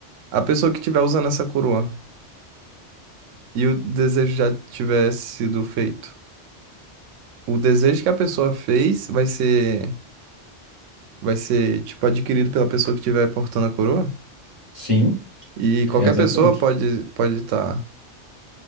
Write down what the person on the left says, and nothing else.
Sim,
é exatamente.